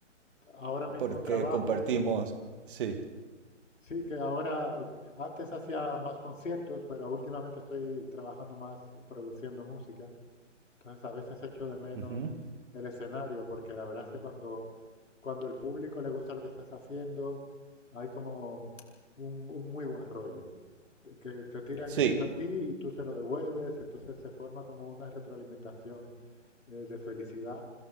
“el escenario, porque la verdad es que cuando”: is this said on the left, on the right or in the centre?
Left